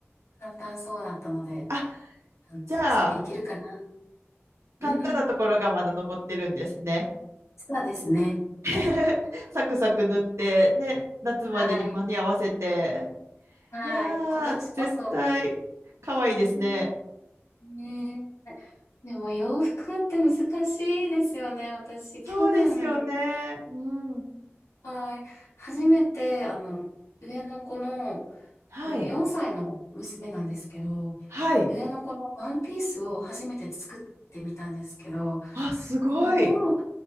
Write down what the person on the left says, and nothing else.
簡単そうだったので、
うん、
サクサクいけるかな。うん、
そうですね。
この
はい、はい、
今年こそ。
うん、ねえ。でも洋服って難しいですよね。私、
去年、
はい、初めて、あの、上の子の、
あの、4歳の娘なんですけど、
上の子のワンピースを初めて作ってみたんですけど、
も